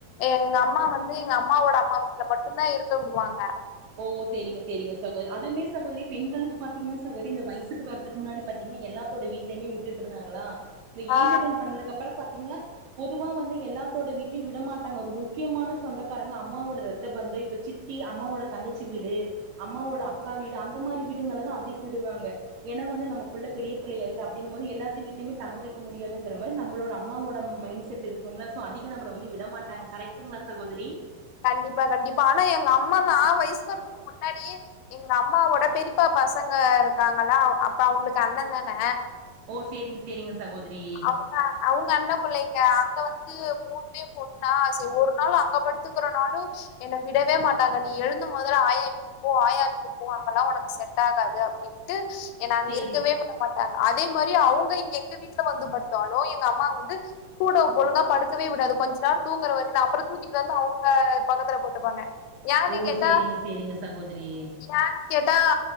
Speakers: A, on the left; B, on the right.
A: எங்கம் அம்மா வந்து எங்க அம்மாவோட அம்மா வீட்ல மட்டுந்தா இருக்க விடுவாங்க
B: ஓ சேரிங்க சேரிங்க சகோ அதுமே சகோதிரி பெண்களுக்கு பாத்திங்னா சகோரி இந்த வயுசுக்கு வரதுக்கு முன்னாடி பாத்திங் எல்லார்த்தோட வீட்லயுமே விட்டுட்ருந்தாங்களா இந்த
A: ஆ
B: ஏஜ் அட்டன் பண்ணதுக்கப்புற பாத் திங்னா பொதுவா வந்து எல்லாத்தோட வீட்லயு விட மாட்டாங்க ஒரு முக்கியமான சொந்தக்காரங்க அம்மாவோட ரத்த பந் இப்ப சித்தி அம்மாவோட தங்கச்சி வீடு அம்மாவோட
A: ம்
B: அக்கா வீடு அந் தமாரி வீடுங்கள்ல தா அதிக விடுவாங்க ஏனா வந்து நம்ம புள்ள பெரிய புள்ளயாயிட்டா அப்டிங்கும்போது எல்லாத்து வீட்லயுமே தங்க வெக் க முடியாதுங்ற மாதிரி நம்மளோட அம்மாவோட மைண்ட் செட் இருக்குங்ள சோ அதிக நம்மள வந்து விடமாட்டாங்கா கரெக்ட்டுங்ளா சகோதரி
A: கண்டிப்பா கண்டிப்பா ஆனா எங்கம்மா நா வயுசுக்கு வரதுக்கு முன்னாடியே எங்க அம்மாவோட பெரிப்பா பசங்க இருக்காங்களா அப்ப அவுங்களுக்கு அண்ணந்தான
B: ஓ சேரிங்க சேரிங்க சகோதரி
A: அவுங்க அவுங்கண்ணம் பிள்ளைங்க அங்க வந்து மாக்கு மூணுமே பொண்ணா சரி ஒரு நாள் அங்க படுத்துக்குறனாளு என்ன விடவே மாட்டாங்க நீ எழுந்து மொதல்ல ஆயா வீட்டுக்கு போ ஆயா வீட்டுக்கு போ அங்கெல்லா உனக்கு செட் ஆகாது அப்டின்ட்டு என்ன அங்க
B: சேரி
A: இருக்கவே விடமாட்டாங்க அதே மாரி அவுங்க எங்க வீட் வந்து படுத்தாலு எங்க அம்மா வந்து கூட ஒழுங்கா படுக்கவே விடாது கொஞ்ச நேர தூங்கற வரையுந்தா அப்புற தூக்கி வந்து அவுங்க பக்கத்துல போட்டுப்பாங்க ஏனு
B: ஓ!
A: கேட்டா
B: சேரிங்க, சேரிங்க சகோதரி.
A: ஏ கேட்டா